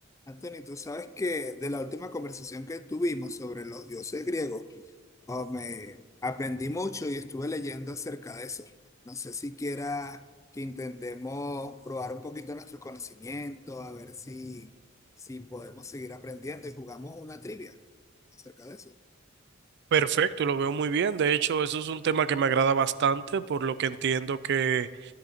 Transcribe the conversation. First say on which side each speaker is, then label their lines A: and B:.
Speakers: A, on the left; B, on the right.
A: Anthony, tú sabes que de la última conversación que tuvimos sobre los dioses griegos, oh, me aprendí mucho y estuve leyendo acerca de eso. No sé si quieras que intentemos probar un poquito nuestro conocimiento, a ver si, si podemos seguir aprendiendo y jugamos una trivia acerca de eso.
B: Perfecto, lo veo muy bien. De hecho, eso es un tema que me agrada bastante, por lo que entiendo que